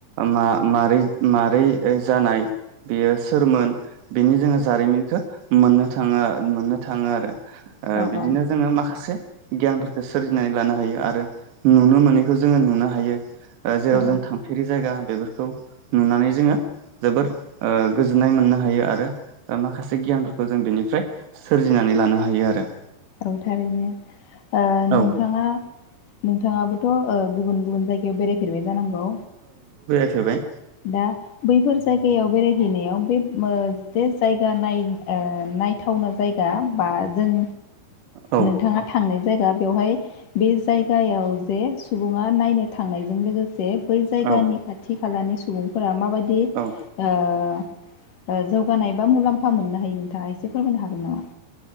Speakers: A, on the right; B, on the left.
A: मा मारै ओ जानाय। बेयो सोरमोन बेनि जोङो जारिमिनखो मोननो थाङो मोननो थाङो आरो। ओ
B: औ
A: बिदिनो
B: औ
A: जोङो माखासे गियानफोरखो सोरजिनानै लानो हायो आरो नुनो मोनैखौ जोङो नुनो हायो। ओ जेराव
B: औ
A: जों थांफेरि जायगा होन बेफोरखौ नुनानै जोङो जोबोर ओ गोजोननाय मोननो हायो आरो माखासे गियानफोरखौ जों बेनिफ्राय सोरजिनानै लानो हायो आरो
B: औ थारैनो ओ
A: औ
B: नोंथाङा नोंथाङाबो थ ओ गुबुन गुबुन जायगायाव बेरायफेरबाय जानांगौ।
A: फेरबाय।
B: दा बैफोर जायगायाव बेरायहैनायाव बे मो जे जाय गानाय ओ नायथावना जायगा बा जों
A: औ
B: नोंथाङा थांनाय जायगा बेवहाय बे जायगायाव जे सुबुङा नायनो थांनायजों लोगो से बै जायगानि
A: औ
B: खाथि खालानि सुबुंफोरा मा माबायदि
A: औ
B: अ अ जौगानाय बा मुलाम्फा मोननो हायो नोंथाङा एसे फोरमायनो हागोन नामा